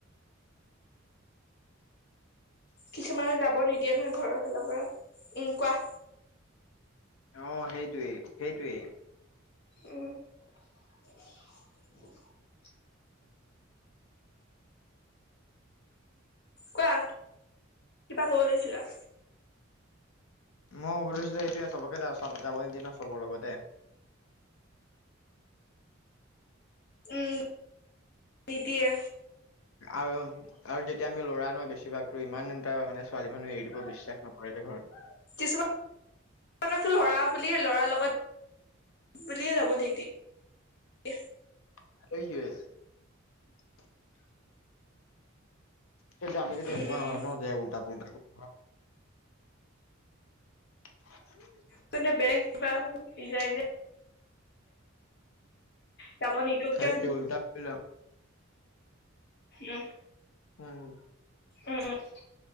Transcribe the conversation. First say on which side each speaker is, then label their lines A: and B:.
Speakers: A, on the left; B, on the left.
A: কিছুমানৰ যা ব নিদিয়ে নহয় ঘৰৰ ফালৰ পৰা। উম, কোৱা।
B: অ' সেইটোৱেই সেইটোৱেই।
A: উম। কোৱা কিবা ক'ব লৈছিলা।
B: মই ক'ব লৈছিলো এতিয়া চবকে যাও চাব যাব নিদিয়ে ন চবৰে লগতে। <inaudible>
A: উম, নিদিয়ে।
B: আৰু আৰু যেতিয়া আমি ল'ৰা ন বেছিভাগতো ইমান এটা মানে ছোৱালী মানুহে এৰি দিব বিশ্বাস নকৰে যে ঘৰত।
A: কিছুমানকটো ল'ৰা বুলি ল'ৰাৰ লগত বুলিয়ে যাব নিদিয়ে।
B: <unintelligible> কিন্তু আমি তেনেকুৱা
A: উম উম
B: নহয় ন যে উল্টা পুল্টাবোৰ <inaudible> <inaudible>
A: কিন্তু বেলেগ কিবা <unintelligible> যায় যে। যাব নিদিও
B: সেইটো
A: কিয়
B: উল্টা কৰিলে
A: উম,
B: উম,
A: উম-উম।